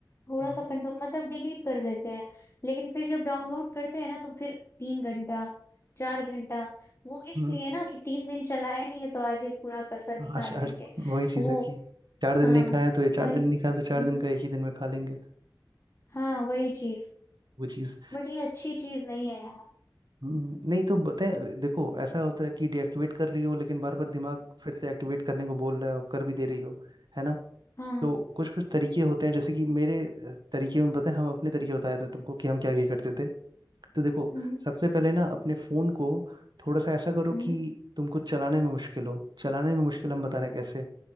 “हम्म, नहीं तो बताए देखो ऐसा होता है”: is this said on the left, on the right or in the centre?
Right